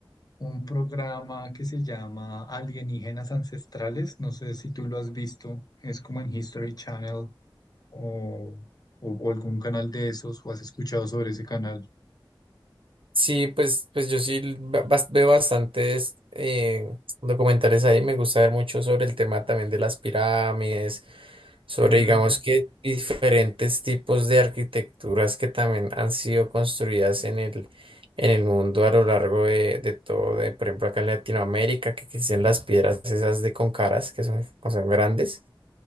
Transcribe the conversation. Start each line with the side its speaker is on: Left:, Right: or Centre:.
Left: un programa que se llama Alienígenas Ancestrales. No sé si tú lo has visto, es como en History Channel o, o, o algún canal de esos o has escuchado sobre ese canal.
Right: Sí, pues, pues yo sí ba- bas- veo bastantes eh, documentales ahí. Me gusta ver mucho sobre el tema también de las pirámides, sobre,
Left: Mm,
Right: digamos que diferentes tipos de arquitecturas que también han sido construidas en el, en el mundo a lo largo de, de todo, de, por ejemplo, acá en Latinoamérica, que existen las piedras esas de con caras, que son, que son grandes.